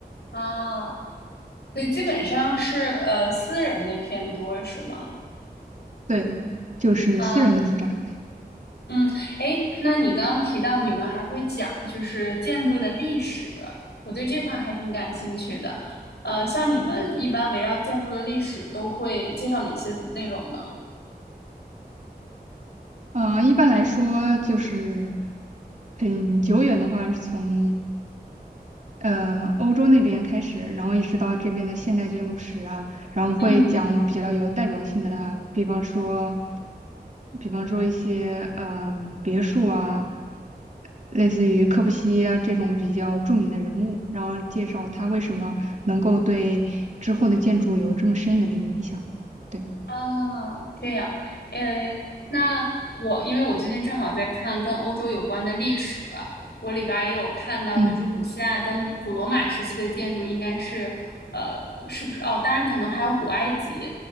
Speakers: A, on the left; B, on the right.
A: 啊，所以基本上是呃私人的偏多是吗？
B: 对，就是私人的住宅。
A: 啊嗯，诶，那你刚刚提到你们还会讲就是建筑的历史，我对这块还挺感兴趣的。呃，像你们一般围绕建筑的历史都会介绍哪些内容呢？
B: 啊、一般来说就是很久远的话，是从呃，欧洲那边开始，然后一直到这边的现代建筑史啊，然后会讲比较有代表性的，
A: 嗯。
B: 比方说，比方说一些嗯、别墅啊，类似于柯布西耶啊这种比较著名的人物，然后介绍他为什么能够对之后的建筑有这么深远的影响。对，
A: 啊，这样，呃，那我因为我最近正好在看跟欧洲有关的历史，我里边儿也有看到，
B: 嗯
A: 就是古希腊跟古罗马时期的建筑应该是，呃，是不是？哦，当然可能还有古埃及，